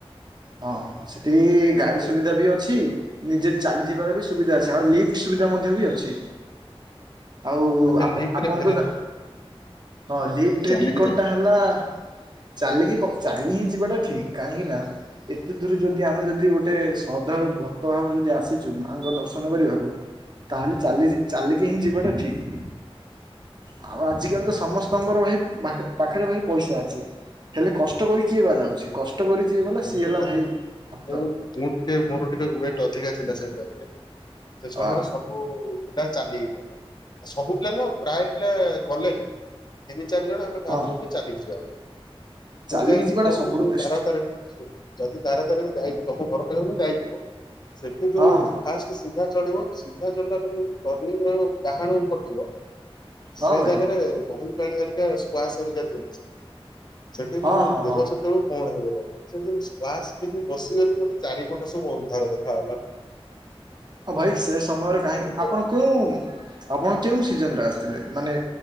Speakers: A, on the right; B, on the left.
A: ହଁ ସେଠି ଗାଡ଼ି
B: ଆଉ
A: ସୁବିଧା ବି ଅଛି ନିଜେ ଚାଲିଯିବାର ବି ସୁବିଧା ଅଛି ଆଉ ଲିଫ୍ଟ୍ ସୁବିଧା ମଧ୍ୟ ବି ଅଛି। ଆଉ
B: ଆମେ
A: ଆପ
B: ଲିଫ୍ଟ
A: ଆପଣ
B: ରେ ଫେରିଲୁ
A: ଜା ହଁ ଲିଫ୍ଟ୍
B: ଚାଲିକି
A: ର ଟିକଟ୍ ଟା ହେଲା ଚାଲିକି ପ ଚାଲି ହିଁ ଯିବାଟା ଠିକ୍ କାହିଁକି ନା ଏତେ ଦୂରୂ ଯଦି ଆମେ ଯଦି ଗୋ ଟେ ଶ୍ରଦ୍ଧାଳୁ ଭକ୍ତ ଭାବରେ ଯଦି ଆସିଚୁ ମାଆଙ୍କ ଦର୍ଶନ କରିବାକୁ
B: ଯାଇଥିଲୁ।
A: ତାହେଲେ ଚାଲି ଚାଲିକି ହିଁ ଯିବାଟା ଠିକ୍ ଆଉ ଆଜିକାଲି ତ ସମ ସ୍ତ ଙ୍କର ଭାଇ ବା ପାଖରେ ଭାଇ ପଇସା ଅଛି ହେଲେ କଷ୍ଟ କରି କିଏ ବା ଯାଉଚି କଷ୍ଟ କରି ଯିଏ ଗଲା
B: ତ
A: ସିଏ
B: ମୁଁ
A: ହେଲା
B: ଯା
A: ଭାଇ ଭକ୍ତ।
B: ମୁଁ ମୁଁ ଟିକେ ମୋର ଟିକେ ୱେଟ୍ ଅଧିକା ଥିଲା ସେ ଟାଇମ୍ ରେ ସେ ସମୟରେ
A: ଅ
B: ସବୁ ପିଲା ଚାଲିକି ଗଲେ ସବୁ ପିଲା ନୁହଁ ପ୍ରାୟ ପିଲା ଗଲେନି ତିନି ଚାରି ଜଣ ଆମେ
A: ହଁ
B: ଆମ୍ କହୁଛୁ <inaudible> ଚାଲିକି ଯିବାକୁ
A: ଚାଲିକି
B: ମୁଁ ଯାଇକି
A: ଯିବାଟା
B: ଯୋଉଠି
A: ସବୁଠୁ
B: ଯୋଉ
A: ବେଷ୍ଟ।
B: ତାରା ତାରିଣୀ ସେ ଯଦି ତାରା ତାରିଣୀ ଯାଇ ତମ ଘର ପାଖରେ ହେଲେ ଯାଇଥିବ ସେଠି ଯୋଉ
A: ହଁ ହଁ
B: ଫାଷ୍ଟ୍ ସିଧା ଚଢିବ ସିଧା ଚଢିଲା ପରେ ଗୋଟେ ଟରନିଙ୍ଗ୍ ରହିବ ଡାହାଣକୁୁ କଟିବ
A: ହଁ
B: ସେ
A: ଭାଇ
B: ଜାଗାରେ ଦହିପାଣି ହରିକା ସ୍କାସ୍‌ ହରିକା ଦିଅନ୍ତ ସେଠି। ସେଠି
A: ହଁ
B: ମୋ
A: ହଁ
B: ଦେହ
A: ହଁ
B: ସେତବେଳକୁ କଣ ହେଇଗଲାଣି ସେଠି ଯୋଉ କ୍ୱାସ ପି କି ବସିଗଲି ମୋତେ ଚାରିପଟ ସବୁ ଅନ୍ଧାର ଦେଖାଗଲା।
A: ଆଉ ଭାଇ ସେ ସମୟରେ କାହିଁକି
B: ସେଠୁ ତ
A: ଆପଣ କୋଉଁ ଆପଣ କେଉଁ ସିଜନ୍ ରେ ଆସିଥିଲେ ମାନେ